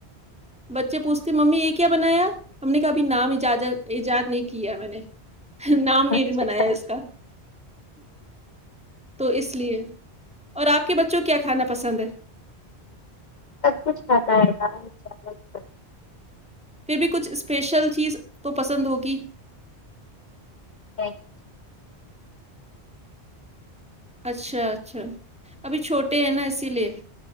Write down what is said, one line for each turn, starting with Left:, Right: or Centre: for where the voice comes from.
Centre: بچے پوچھتے ممی یہ کیا بنایا ہم نے کبھی نام اجازت ایجاد نہیں کیاہے میں نے نام نہیں
Left: اچھا
Centre: بنایا اس کا تو اس لیے اور آپ کے بچوں کو کیا کھانا پسند ہے
Left: سب کچھ کھاتا ہے دال چاول سبزی
Centre: پھر بھی کچھ اسپیشل چیز تو پسند ہوگی
Left: میگی
Centre: اچھا اچھا ابھی چھوٹے ہیں نا اسی لیے